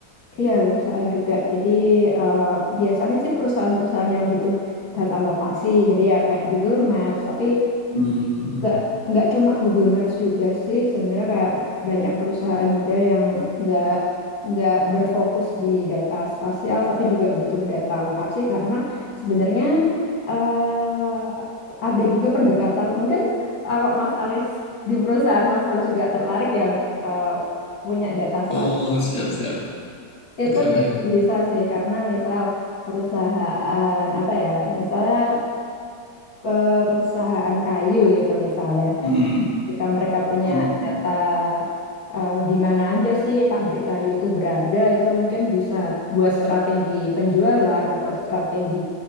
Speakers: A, on the left; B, on the left.
A: Iya, perusahaan juga. Jadi eh, biasanya sih perusahaan-perusahaan yang butuh data lokasi. Jadi ya kayak Google Maps, tapi
B: Hmm.
A: nggak nggak cuma Google Maps juga sih sebenarnya kayak banyak perusahaan juga yang nggak nggak berfokus di data spasial tapi juga butuh data lokasi karena sebenarnya eh, ada juga pendekatan mungkin kalau Mas Aris di perusahaan Mas Halus juga tertarik ya untuk eh, punya data spasial
B: Oh, siap-siap.
A: itu
B: Oke, oke.
A: juga bisa sih karena misal perusahaan apa ya misalnya eh, perusahaan kayu gitu misalnya
B: Hmm.
A: jika mereka punya
B: Oh,
A: data eh, di mana aja sih pabrik kayu itu berada, itu mungkin bisa buat strategi penjualan atau strategi